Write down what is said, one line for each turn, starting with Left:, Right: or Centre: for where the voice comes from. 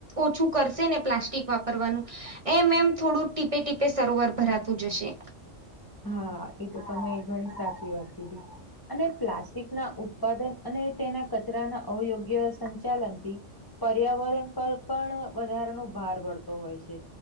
Right: ઓછું કરશે ને પ્લાસ્ટિક વાપરવાનું એમ એમ થોડું ટીપે ટીપે સરોવર ભરાતું જશે.
Left: હા એ તો તમે ઘણી સાચી વાત કીધી અને પ્લાસ્ટિક ના ઉત્પાદન અને તેના કચરાના અરોયોગ્ય સંચાલકી પર્યાવરણ પર પણ વધારાનો ભાર પડતો હોય છે.